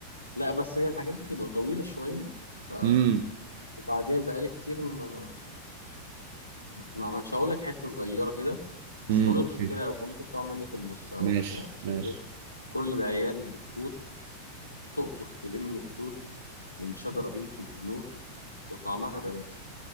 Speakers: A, on the left; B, on the right.
A: لا بس هي الحاجات دي تبقى طويلة شوية ف
B: امم
A: وبعدين بقالي كتير ما ما عملش هقول لك حتة صغيرة كده بس
B: امم
A: برضه
B: اوكي
A: مش فاكرها أوي فممكن تقع مني في النص هقول
B: ماشي
A: لك يعني بس
B: ماشي
A: بقول كده كل العيال بتفوت تقطف تلم التوت من شجرة بنت بنوت وطعمها بناتي